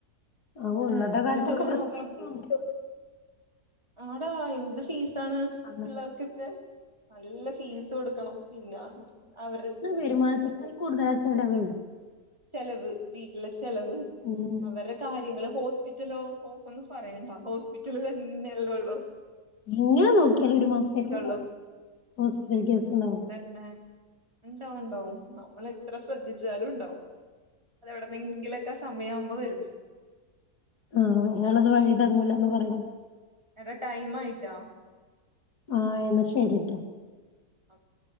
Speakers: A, on the left; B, on the right.
A: അവ് ഇന്നത്തെ
B: ഏഹ്
A: കാലത്തൊക്കെ
B: ഒരു ജോലി
A: പ്രത്യേകിച്ചും
B: നോക്കണം
A: ഉണ്ട്
B: ആടാ എന്ത് ഫീസാണ്
A: അന്ന്
B: പിള്ളേർക്കൊക്കെ നല്ല ഫീസ് കൊടുക്കണം പിന്ന അവര്
A: വരുമാനത്തെക്കാൾ കൂടുതലാ ചെലവെയ്
B: ചെലവ് വീട്ടിലെ ചെലവ്
A: ഉം
B: അവരെ കാര്യങ്ങള് ഹോസ്പിറ്റലോ, ഓഹ് ഒന്നും പറയണ്ട ഹോസ്പിറ്റല് തന്നെയെല്ലള്ളൂ
A: എങ്ങനെ നോക്കിയാലും ഒരു മാസത്തേക്ക്
B: ഉള്ളൂ
A: ഹോസ്പിറ്റൽ കേസിണ്ടാവും
B: പിന്നെ ണ്ടാവും ണ്ടാവും നമ്മളെത്ര ശ്രദ്ധിച്ചാലും ണ്ടാവും അതെവിടന്നെങ്കിലൊക്കെ സമയാവുമ്പൊ വരും
A: ആഹ് വരാള്ളത് വഴിതങ്ങൂലാന്ന് പറയണപോലെ
B: എടാ ടൈം ആയിട്ടാ
A: ആഹ് എന്ന ശരിട്ടോ
B: ഓക്കെ